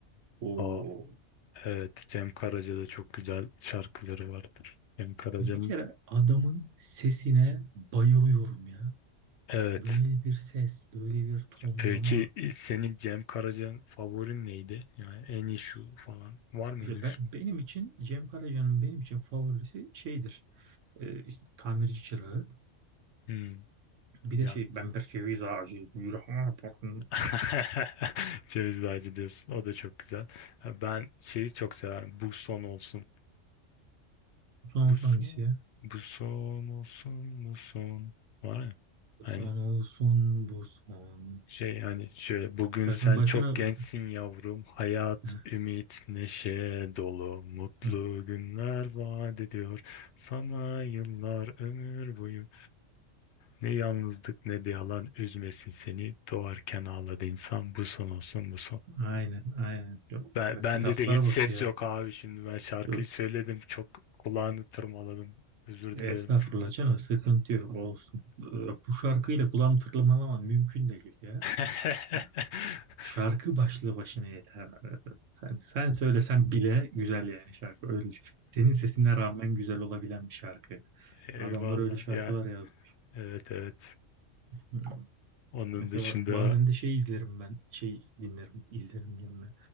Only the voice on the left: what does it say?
aa, evet Cem Karaca'da çok güzel şarkıları vardır. Cem Karaca'nın
Evet.
Peki e, senin Cem Karaca'nın favorin neydi? Yani en iyi şu falan. Var mı
öyle bir
şey?
Hmm,
ya.
<laughs> Ceviz Ağacı diyorsun. O da çok güzel. Ha, Ben şeyi çok severim. Bu son olsun.
Bu
son.
Bu son olsun. Bu son. Var ya.
Hani.
Şey yani şöyle bugün
sen
çok gençsin yavrum. Hayat,
ümit, neşe dolu. Mutlu
günler vaat ediyor. Sana yıllar ömür boyu. Ne yalnızlık ne de yalan üzmesin seni. Doğarken ağladı insan. Bu son olsun bu son.
Ben,
bende
de hiç ses
yok abi şimdi. Ben şarkıyı
söyledim. Çok kulağını tırmaladım. Özür
dilerim.
<laughs>
Eyvallah
ya
Evet evet.
Onun
dışında